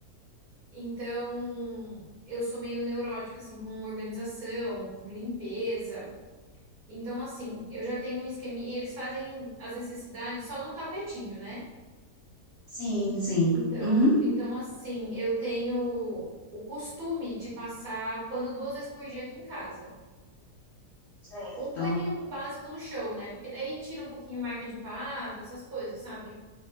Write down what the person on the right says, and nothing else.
então eu sou meio neurótica assim com organização, com limpeza. Então, assim, eu já tenho um esqueminha e eles fazem as necessidades só num tapetinho, né?
Então,
então assim, eu tenho o costume de passar pano duas vezes por dia aqui em casa.
Um paninho básico no chão, né? Porque daí tira um pouquinho marca de pata, essas coisas, sabe?